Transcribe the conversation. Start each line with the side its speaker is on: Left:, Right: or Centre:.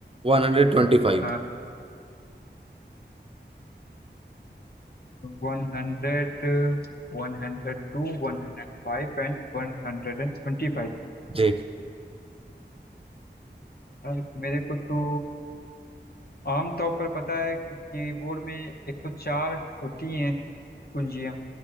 Right: वन हंड्रेड ट्वेंटी फाइव
Left: हाँ वन हंड्रेड वन हंड्रेड टू वन हंड्रेड फाइव एंड वन हंड्रेड एंड ट्वेंटी फाइव
Right: जी
Left: यार मेरे को तो आमतौर पर पता है कि कीबोर्ड में एक सौ चार होती हैं कुंजियाँ